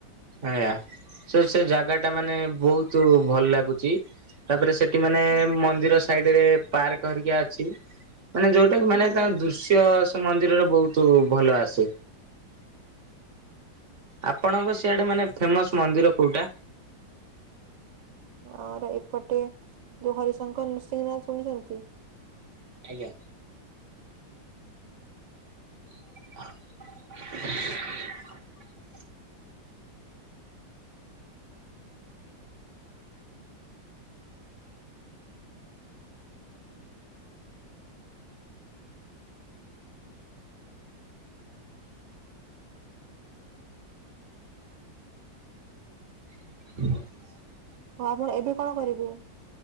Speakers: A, on the right; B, on the right.
A: ଆଜ୍ଞା, ସେ ସେ ଜାଗା ଟା ମାନେ ବହୁତ ଭଲ ଲାଗୁଚି। ତାପରେ ସେ ମାନେ
B: ହୁଁ
A: ମନ୍ଦିର ସାଇଡ ରେ ପାର୍କ ହେରିକା ଅଛି। ମାନେ ଯୋଉଟା କି
B: ହୁଁ
A: ମାନେ ତାଙ୍କ
B: ହୁଁ
A: ଦୃଶ୍ୟ ମନ୍ଦିରରେ ବହୁତ ଭଲ ଆସେ। ଆପଣଙ୍କ ସେଆଡେ ମାନେ ଫେମସ ମନ୍ଦିର କୋଉଟା?
B: ଆମର ଏପଟେ ଯୋଉ ହରିଶଙ୍କର ନୃସିଂହ ନାଥ ଶୁଣିଛନ୍ତି?
A: ଆଜ୍ଞା। <inaudible> <inaudible>
B: ହଉ ଆପଣ ଏବେ କଣ କରିବେ?